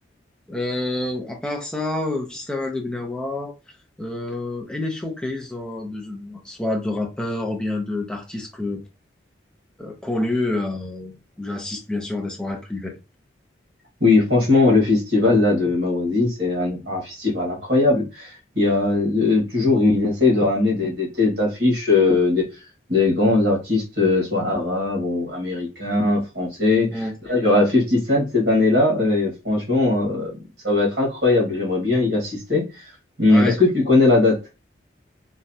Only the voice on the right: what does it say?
Oui, franchement, le festival là de ma c'est un, un festival incroyable. Il y a euh, toujours, il essaye de ramener des, des têtes d'affiche euh, des, des grands artistes, euh, soit arabes ou américains, français.
Là, il y aura 50 Cent cette année-là, et franchement, euh, ça va être incroyable. J'aimerais bien y assister. Hmm,
Est-ce que tu connais la date?